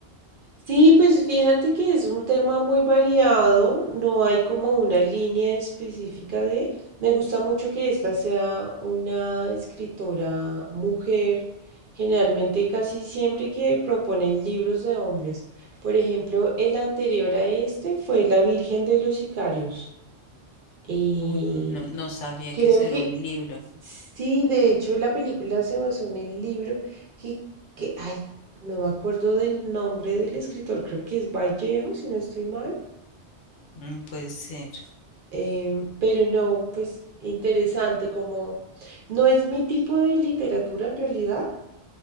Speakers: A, on the right (about 55°); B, on the left (about 85°).
A: Sí, pues fíjate que es un tema muy variado, no hay como una línea específica de... Me gusta mucho que esta sea una escritora mujer, generalmente casi siempre que proponen libros de hombres. Por ejemplo, el anterior a este fue La Virgen de los Sicarios. Y
B: Uy, no, no sabía
A: creo
B: que eso era
A: que
B: un libro.
A: Sí, de hecho la película se basó en el libro que, que, ay, no me acuerdo del nombre del escritor, creo que es Vallejo, si no estoy mal,
B: Mm, puede ser.
A: em, pero no, pues interesante, como no es mi tipo de literatura en realidad,